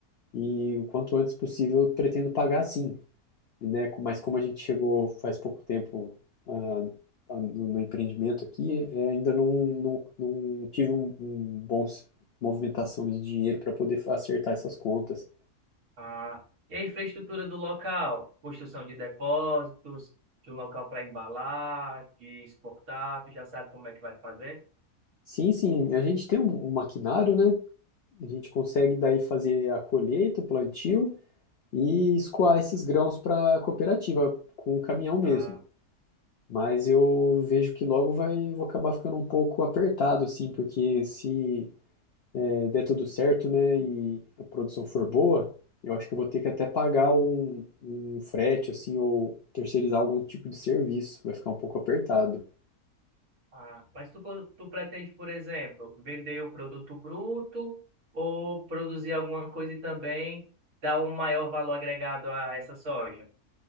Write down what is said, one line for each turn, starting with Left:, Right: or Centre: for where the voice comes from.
Left: e o quanto antes possível eu pretendo pagar sim, né? Co- Mas como a gente chegou faz pouco tempo ah, ah, no no empreendimento aqui, eh, ainda não, não, não tive um, um bom s- movimentação de dinheiro para poder acertar essas contas.
Right: Ah, e a infraestrutura do local? Construção de depósitos, de um local para embalar, de exportar, tu já sabe como é que vai fazer?
Left: Sim, sim, a gente tem um, um maquinário, né? A gente consegue daí fazer a colheita, o plantio e escoar esses grãos para a cooperativa com o caminhão mesmo.
Right: Ah,
Left: Mas eu vejo que logo vai, vou acabar ficando um pouco apertado, assim, porque se eh, der tudo certo, né, e a produção for boa, eu acho que eu vou ter que até pagar um, um frete, assim, ou terceirizar algum tipo de serviço. Vai ficar um pouco apertado.
Right: ah, mas tu, tu pretende, por exemplo, vender o produto bruto ou produzir alguma coisa e também dar um maior valor agregado a essa soja?